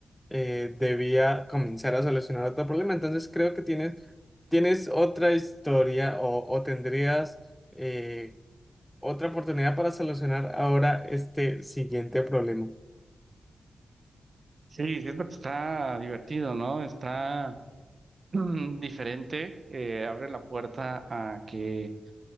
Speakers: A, in the centre; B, on the right.
A: eh, debía comenzar a solucionar otro problema. Entonces creo que tienes, tienes otra historia o, o tendrías eh, otra oportunidad para solucionar ahora este siguiente problema.
B: Sí, siento que está divertido, ¿no? Está <clears throat> mm, diferente, eh, abre la puerta a que